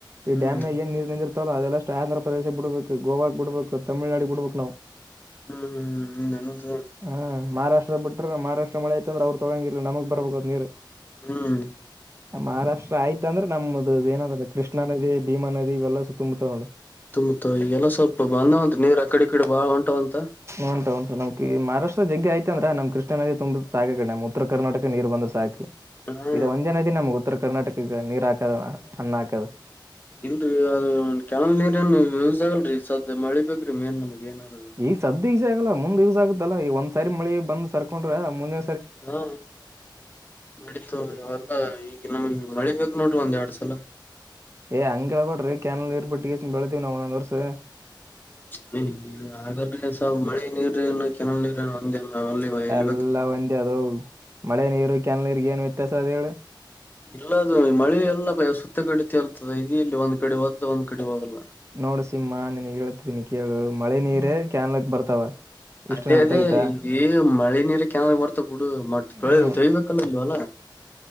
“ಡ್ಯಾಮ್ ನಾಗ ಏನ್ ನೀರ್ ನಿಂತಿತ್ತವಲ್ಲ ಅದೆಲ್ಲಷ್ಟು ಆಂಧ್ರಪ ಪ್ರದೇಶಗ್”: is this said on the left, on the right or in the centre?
Right